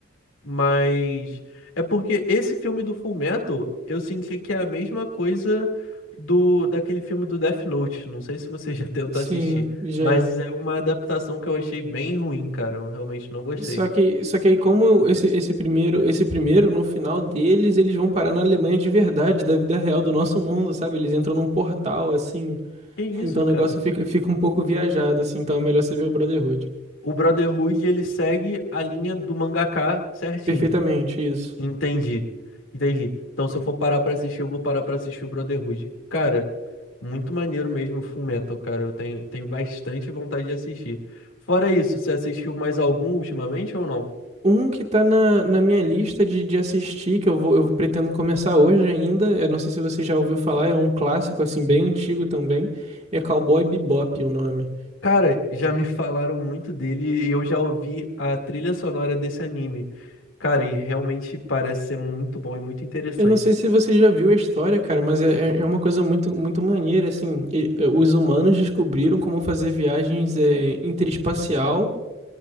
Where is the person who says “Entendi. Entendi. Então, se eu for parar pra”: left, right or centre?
Left